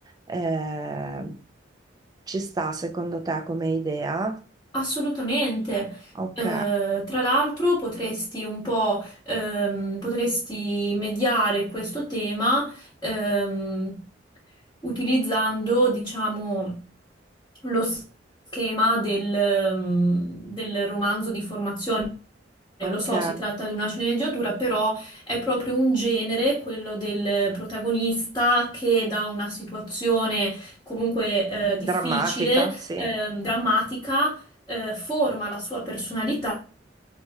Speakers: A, on the right (about 20°); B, on the left (about 20°).
A: Eh, ci sta secondo te come idea?
B: Assolutamente.
A: Ok,
B: Eh, tra l'altro potresti un po', ehm, potresti mediare questo tema, ehm, utilizzando, diciamo, lo schema del, ehm, del romanzo di formazione.
A: ok.
B: Lo so, si tratta di una sceneggiatura, però è proprio un genere, quello del protagonista che da una situazione comunque eh,
A: Drammatica,
B: difficile,
A: sì,
B: ehm, drammatica eh, forma la sua personalità